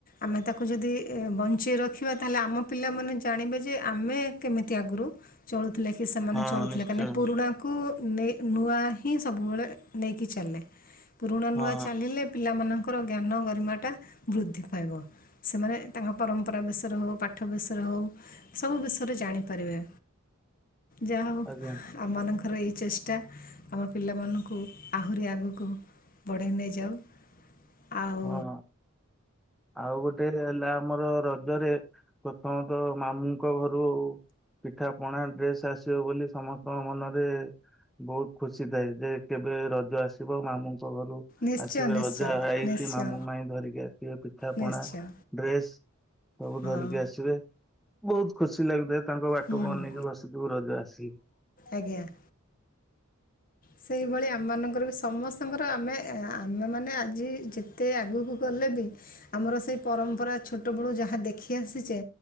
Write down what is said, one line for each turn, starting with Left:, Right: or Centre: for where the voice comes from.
Left: ଆମେ ତାକୁ ଯଦି ବଞ୍ଚେଇ ରଖିବା ତାହେଲେ ଆମ ପିଲାମାନେ ଜାଣିବେ ଯେ ଆମେ କେମିତି ଆଗରୁ ଚଳୁ ଥିଲେ କି ସେମାନେ
Centre: ହଁ
Left: ଚଳୁଥିଲେ
Centre: ନିଶ୍ଚୟ
Left: କାଇଁକି ନା ପୁରୁଣାକୁ ନେଇ ନୂଆ ହିଁ ସବୁବେଳେ ନେଇକ ଚାଲେ। ପୁରୁଣା
Centre: ହଁ
Left: ନୂଆ ଚାଲିଲେ ପିଲାମାନଙ୍କ ର ଜ୍ଞାନ ଗରିମାଟା ବୃଦ୍ଧି ପାଇବ ସେମାନେ ତାଙ୍କ ପରମ୍ପରା ବିଷୟରେ ହୋଉ ପାଠ ବିଷୟରେ ହୋଉ ସବୁ ବିଷୟରେ ଜାଣିପାରିବେ। ଯାହା ହୋଉ
Centre: ଆଜ୍ଞା
Left: ଆମ ମାନଙ୍କ ର ଏଇ ଚେଷ୍ଟା ଆମ ପିଲାମାନଙ୍କୁ ଆହୁରି ଆଗକୁ ବଢ଼େଇ ନେଇଯାଉ। ଆଉ
Centre: ହଁ। ଆଉ ଗୋଟେ ହେଲା ଆମର ର ରେ ପ୍ରଥମତଃ ମାମୁଁଙ୍କ ଘରୁ ପିଠା ପଣା ଡ୍ରେସ୍ ଆସିବ ବୋଲି ସମସ୍ତଙ୍କ ମନରେ ବୋହୁତ ଖୁସି ଥାଏ ଯେ କେବେ ରଜ ଆସିବ ମାମୁଁଙ୍କୁ ଘରୁ
Left: ନିଶ୍ଚୟ
Centre: ଆସିବେ
Left: ନିଶ୍ଚୟ
Centre: ଅଜା ଆଇକି
Left: ନିଶ୍ଚୟ
Centre: ମାମୁଁ ମାଇଁ ଧରିକି ଆସିବେ। ଠା
Left: ନିଶ୍ଚୟ
Centre: ପଣା ଡ୍ରେସ୍ ସବୁ
Left: ହଁ
Centre: ଧରିକି ଆସିବେ ବୋହୁତ ଖୁସି ଲାଗୁଥାଏ। ତାଙ୍କ ବାଟକୁ
Left: ହୁଁ
Centre: ଅନେଇକି ବସଥିବୁ ରଜ ଆସିଲେ।
Left: ଆଜ୍ଞା ସେଇଭଳି ଆମମାନଙ୍କର ବି ସମସ୍ତଙ୍କର ଆମେ ଆମେମାନେ ଆଜି ଯେତେ ଆଗକୁ ଗଲେ ବି ଆମର ସେଇ ପରମ୍ପରା ଛୋଟବେଳୁ ଯାହା ଦେଖି ଆସିଛେ।